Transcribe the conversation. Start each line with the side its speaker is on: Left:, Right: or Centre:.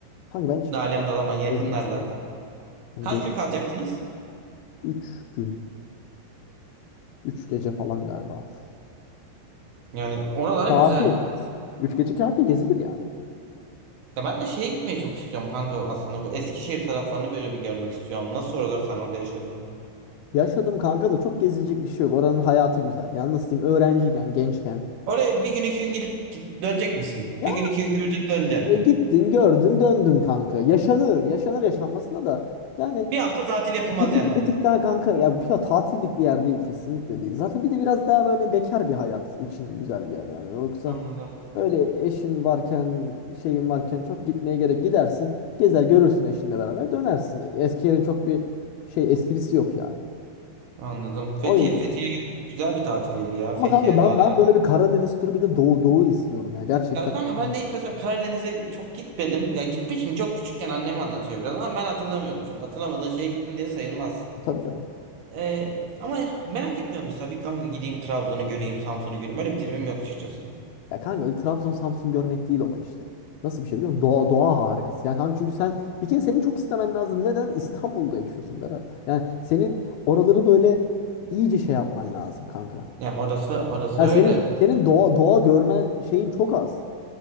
Left: Kanka ben hiç gitmedim.
Right: Dalyan, Dalaman yakınlar
Left: gezmek istedim.
Right: zaten.
Left: Yani
Right: Kaç
Left: Gece
Right: gün kalacaktınız?
Left: Üç gün. 3 gece falan galiba.
Right: Yani oralara
Left: Kafi.
Right: güzel.
Left: 3 gece kafi gezilir yani.
Right: Ya ben de şeye gitmeyi çok istiyorum kanka aslında bu Eskişehir taraflarını böyle bir görmek istiyorum. Nasıl oralar sen orada yaşadın?
Left: Yaşadım kanka da çok gezilecek bir şey yok. Oranın hayatı güzel. Yani nasıl diyeyim öğrenciyken, gençken.
Right: Oraya bir gün iki gün gidip git, dönecek misin?
Left: Ya
Right: Bir gün iki gün göreceksin döneceksin.
Left: e, gittin, gördün, döndün kanka. Yaşanır, yaşanır yaşanmasına da. Yani
Right: Bir hafta tatil yapılmaz
Left: Bir tık,
Right: yani orada.
Left: bir tık daha kanka ya, bir ya tatillik bir yer değil kesinlikle değil. Zaten bir de biraz daha böyle bekar bir hayat için güzel bir yer yani. Yoksa
Right: Anladım.
Left: öyle eşin varken şeyin varken çok gitmeye gerek gidersin. Gezer görürsün eşinle beraber dönersin. Eski yerin çok bir şey esprisi yok yani.
Right: Anladım. Fethiye,
Left: O yüzden.
Right: Fethiye güzel bir tatil yeri ya.
Left: Ama
Right: Fethiye,
Left: kanka ben
Right: Dalyan.
Left: ben böyle bir Karadeniz turu bir de doğu doğu istiyorum ya gerçekten.
Right: Ya kanka ben
Left: Hı.
Right: de hiç mesela Karadeniz'e çok gitmedim. Ya gitmişim çok küçükken annem anlatıyor biraz ama ben hatırlamıyorum şimdi. Hatırlamadığın şeye gittin diye sayılmaz.
Left: Tabii canım.
Right: Ee, ama merak etmiyorum mesela bir kanka gideyim Trabzon'u göreyim, Samsun'u göreyim. Öyle bir tribim yok açıkçası.
Left: Ya kanka öyle Trabzon Samsun görmek değil olay işte. Nasıl bir şey biliyor musun? Doğa, doğa harikası. Yani kanka çünkü sen bir kere senin çok istemen lazım. Neden? İstanbul'da yaşıyorsun Berat. Yani senin oraları böyle iyice şey yapman lazım kanka. Ya
Right: Ya orası orası öyle.
Left: senin senin doğa doğa görme şeyin çok az.